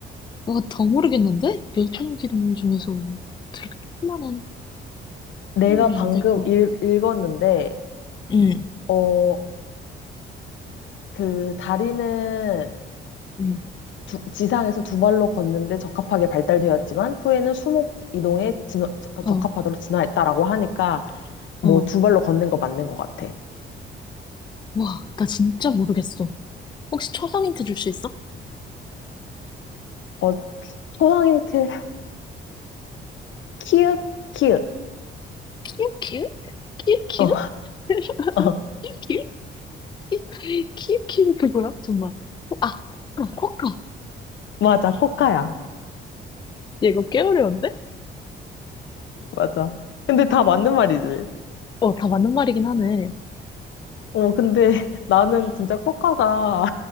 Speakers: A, on the left; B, on the left.
A: 뭐거더 모르겠는데? 멸종위기 동물 중에서 그렇게 조그만한
B: 내가
A: 키우면
B: 방금
A: 안 되고.
B: 읽, 읽었는데,
A: 응,
B: 어, 그 다리는
A: 응.
B: 두- 지상에서 두 발로 걷는데 적합하게 발달되었지만, 후에는 수목 이동에 진화-
A: 어,
B: 적합하도록 진화했다라고 하니까,
A: 어.
B: 뭐 두 발로 걷는 거 맞는 것 같아.
A: 와, 나 진짜 모르겠어. 혹시 초성 힌트 줄 수 있어?
B: 어, 초성 힌트, 키읔, 키읔.
A: 키읔, 키읔? 키읔, 키읔?
B: 어,
A: <laughs>
B: <laughs> 어,
A: 키읔? 키, 키, 키, 그 뭐야? 정말. 아, 코카, 코카.
B: 맞아, 코카야.
A: 얘 이거 꽤 어려운데?
B: 맞아. 근데 다 맞는 말이지.
A: 어, 다 맞는 말이긴 하네.
B: 어, 근데 <laughs> 나는 진짜 코카가